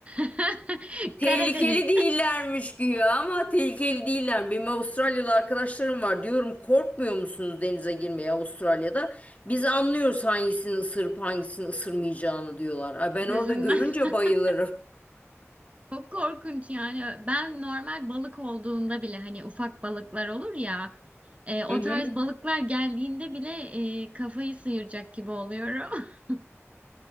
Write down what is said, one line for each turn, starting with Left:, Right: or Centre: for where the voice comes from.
Right: <laughs>
Left: Tehlikeli
Right: Karadeniz
Left: değillermiş güya ama tehlikeli değiller. Benim Avustralyalı arkadaşlarım var. Diyorum korkmuyor musunuz denize girmeye Avustralya'da? Biz anlıyoruz hangisini ısırıp hangisini ısırmayacağını diyorlar. Ay ben
Right: gözümden.
Left: orada görünce
Right: <laughs>
Left: bayılırım.
Right: Çok korkunç yani. Ben normal balık olduğunda bile hani ufak balıklar olur ya. e, o
Left: <laughs> Hı hı.
Right: tarz balıklar geldiğinde bile e, kafayı sıyıracak gibi oluyorum. <laughs>